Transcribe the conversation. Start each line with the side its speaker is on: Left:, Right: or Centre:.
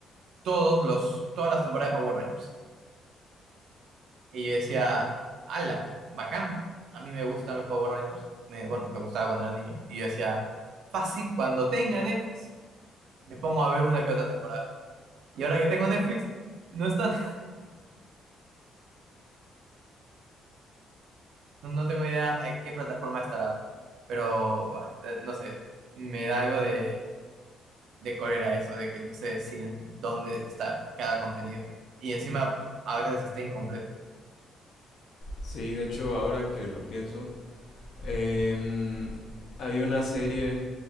Right: todos los, todas las temporadas de Power Rangers. Y yo decía, ala, bacán, a mí me gustan los Power Rangers. Me, bueno, me gustaba cuando era niño. Y yo decía, fácil, cuando tenga Netflix, me pongo a ver una que otra temporada. Y ahora que tengo Netflix, no están, <laughs> no, no tengo idea en qué plataforma estarán. Pero, ah, eh, no sé, me da algo de, de cólera eso, de que no sé si en dónde está cada contenido. Y encima, a veces está incompleto.
Left: Sí, de hecho, ahora que lo pienso. em, había una serie